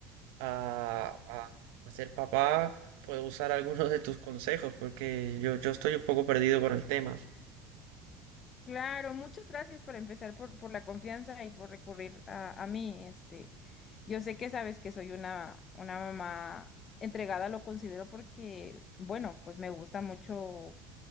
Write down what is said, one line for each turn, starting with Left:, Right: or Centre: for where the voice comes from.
Right: a, a, a ser papá, puedo usar algunos de tus consejos, porque yo, yo estoy un poco perdido con el tema.
Left: Claro, muchas gracias por empezar por, por la confianza y por recurrir a, a mí. Este, yo sé que sabes que soy una, una mamá entregada, lo considero porque, bueno, pues me gusta mucho